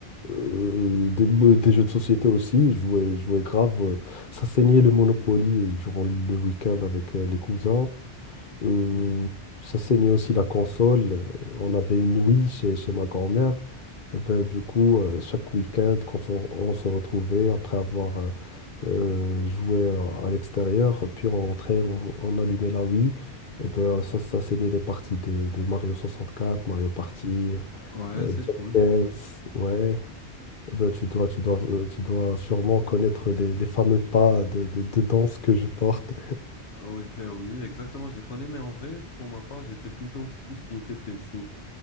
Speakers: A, on the left; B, on the left.
A: euh, des, euh, des jeux de société aussi. Je jouais, je jouais grave. euh, ça saignait le Monopoly euh, durant le week-end avec euh, les cousins. Euh,
B: Mhm.
A: ça saignait aussi la console. Euh, On avait une Wii chez, chez ma grand-mère. Et ben, du coup, euh, chaque week-end, quand on, on se retrouvait après avoir euh, euh, joué à l'extérieur, puis on rentrait, on, on allumait la Wii. Et ben, ça, ça saignait les parties de, de Mario soixante-quatre, Mario Party,
B: Ouais,
A: euh,
B: c'est
A: Just
B: cool.
A: Dance. Ouais. Eh ben, tu dois, tu dois, euh, tu dois sûrement connaître les, les fameux pas de, de, de danse que je porte.
B: Euh, Oui, <laughs> oui, exactement, je les connais, mais en vrai, pour ma part, j'étais plutôt tout ce qui était PC.